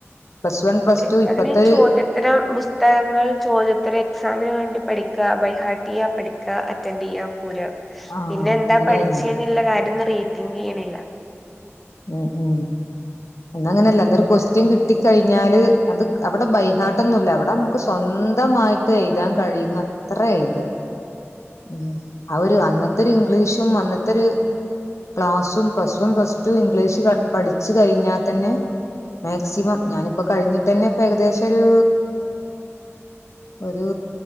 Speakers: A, on the left (about 75°); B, in the centre.
A: പ്ലസ് വൺ പ്ലസ് ടു
B: പ്പതിന്
A: ഇപ്പത്തെ ഒരു
B: ചോദ്യത്തരം പുസ്തകങ്ങൾ ചോദ്യത്തര എക്സാമിന് വേണ്ടി പഠിക്ക ബൈഹാർട്ട് ചെയ്യാ പഠിക്ക അറ്റന്റ്യ്യാ പോരുക
A: ആഹ്
B: പിന്നെ എന്താ
A: അങ്ങനെയായിരുന്നു
B: പഠിച്ചേന്ന്ള്ള കാര്യം ന്ന് റീ തിങ്ക് ചെയ്യണില്ല
A: ആഹ് ഹാ അന്നങ്ങനെല്ല ഇന്നൊരു ക്വസ്റ്റ്യൻ കിട്ടി കഴിഞ്ഞാല് അത് അവിടെ ബൈഹാർട്ടൊന്നുല്ല അവ്ടെ മ്മക്ക് സ്വന്തമായിട്ട് എഴുതാൻ കഴിയുന്നത്ര എഴുതുക ഊം ആ ഒരു അന്നത്തൊരു ഇംഗ്ലീഷും അന്നത്തെ ഒരു ക്ലാസും plus one, plus two English പഠിച്ചു കഴിഞ്ഞാൽ തന്നെ മാക്സിമം ഞാനിപ്പോ കഴിഞ്ഞിട്ടന്നെ ഇപ്പൊരു ഏകദേശൊരു ഒരു